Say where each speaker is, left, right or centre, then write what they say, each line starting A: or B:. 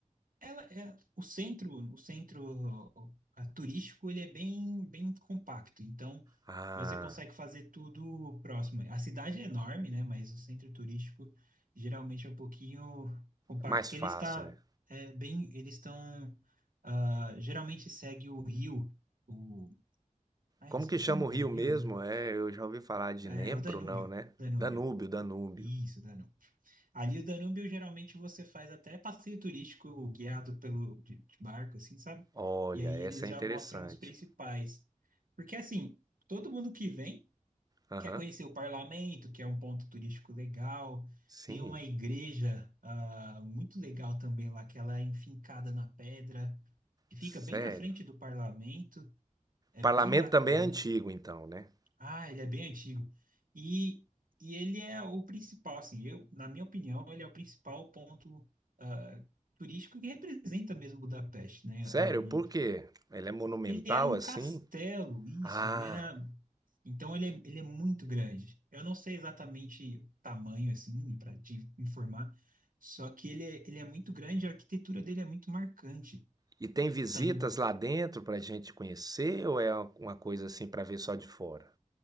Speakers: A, on the right; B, on the right.
A: ela é o centro, o centro ah, turístico, ele é bem, bem compacto, então
B: Ah,
A: você consegue fazer tudo próximo. A cidade é enorme, né? Mas o centro turístico geralmente é um pouquinho compacto,
B: mais
A: porque
B: fácil,
A: ele está
B: né?
A: é, bem, eles estão ah, geralmente segue o rio, o, ai,
B: Como
A: esqueci
B: que chama
A: o nome
B: o rio
A: do rio,
B: mesmo?
A: né?
B: É, eu já ouvi falar de
A: É
B: Dnepro,
A: o Danúbio,
B: não, né?
A: Danúbio.
B: Danúbio, Danúbio.
A: Isso, Danúbio. Ali o Danúbio geralmente você faz até passeio turístico guiado pelo de, de barco, assim, sabe?
B: Olha,
A: E aí
B: essa
A: eles
B: é
A: já
B: interessante.
A: mostram os principais. Porque assim, todo mundo que vem
B: Aham,
A: quer conhecer o parlamento, que é um ponto turístico legal.
B: sim,
A: Tem uma igreja ah, muito legal também lá, que ela é enfincada na pedra, que fica
B: sério.
A: bem na frente do parlamento. É
B: Parlamento
A: bem bacana.
B: também é antigo, então, né?
A: Ah, ele é bem antigo. E, e ele é o principal, assim, eu, na minha opinião, ele é o principal ponto ah, turístico que representa mesmo Budapeste, né?
B: Sério,
A: É um,
B: por quê? Ele é monumental
A: ele era um
B: assim?
A: castelo, isso,
B: Ah,
A: ele era... Então ele é, ele é muito grande. Eu não sei exatamente o tamanho, assim, para te informar, só que ele é, ele é muito grande, a arquitetura dele é muito marcante.
B: e tem visitas
A: Então,
B: lá dentro pra gente conhecer ou é uma coisa assim pra ver só de fora?